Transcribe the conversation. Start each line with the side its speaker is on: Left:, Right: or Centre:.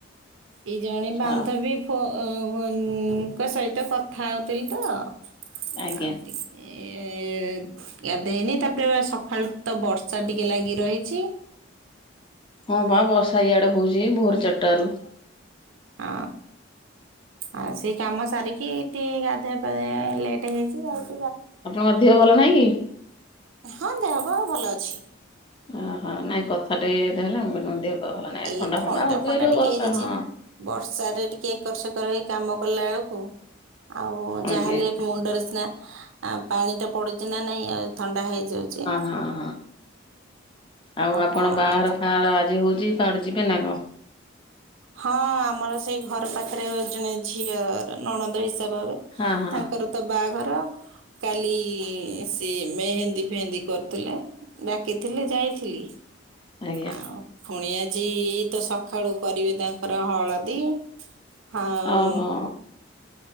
Right: ଏଇ ଜଣେ ବାନ୍ଧବୀ
Left: ହଉ
Right: ଫ-ଙ୍କ ସହିତ କଥା ହଉଥିଲି ତ। ଆଉ
Left: ଆଜ୍ଞା
Right: ଟିକେ। ଏ ଗାଧେଇନି ତାପରେ ସକାଳୁ ତ ବର୍ଷା ଟିକେ ଲାଗି ରହିଛି।
Left: ହଁ ବା ବର୍ଷା ଇଆଡେ ହଉଛି ଭୋର ଚାରଟାରୁ।
Right: ହ। ଆଉ ସେ କାମ ସାରିକି ଟିକେ ଗାଧୁଆ ପାଦୂଆ ଲେଟ୍ ହେଇଛି, ଆଉ।
Left: ଆପଣଙ୍କ ମଧ୍ୟ ଭଲ ନାଇଁ କି?
Right: ହଁ ଦେହ ବା ଭଲ ଅଛି।
Left: ଓହୋ। ନାଇଁ କଥା ଟେ ଏମିତି ହେଲା ମୁଁ କହିଲି ଦେହ ପା ଭଲ ନାହିଁ
Right: ଏଇ ଥଣ୍ଡା
Left: ହଉଥିବ
Right: ଫଣ୍ଡା
Left: ଯୋଉ
Right: ଟିକେ
Left: ବର୍ଷା
Right: ହେଇଯାଇଛି।
Left: ହଁ।
Right: ବର୍ଷ ରେ ଟିକେ ଏକର ସେକର ହେଇ। କାମ କଲାବେଳକୁ ଆଉ
Left: ଆଜ୍ଞା
Right: ଯାହାହେଲେ
Left: ଆଜ୍ଞା
Right: ମୁଣ୍ଡରେ ସିନା ଆ ପାଣିଟା ପଡୁଛି ନା ନାଇଁ ଆଉ ଥଣ୍ଡା ହେଇଯାଉଛି।
Left: ହଁ ହଁ ହଁ ଆଉ ଆପଣ
Right: କଣ
Left: ବାହାଘର
Right: କରୁଛୁ।
Left: ଫହାଘର ଆଜି ହଉଛି କାହାଆଡ଼େ ଯିବେ ନା କଣ?
Right: ହଁ ଆମର ସେଇ ଘର ପାଖରେ ଜଣେ ଝିଅର ନଣନ୍ଦ ହିସା ସାବ ହେବେ,
Left: ହଁ ହଁ
Right: ତାଙ୍କର ତ ବାହାଘର ର, କାଲି ସିଏ ମେହେନ୍ଦୀ ଫେହେନ୍ଦୀ କରୁଥିଲା ଡାକିଥିଲେ ଯାଇଥିଲି।
Left: ଆଜ୍ଞା
Right: ଆଉ ଫୁଣି ଆଜି ତ ସକା ଖାଳୁ କରିବେ ତାଙ୍କର ହଳଦୀ ଆଉ
Left: ଓହୋ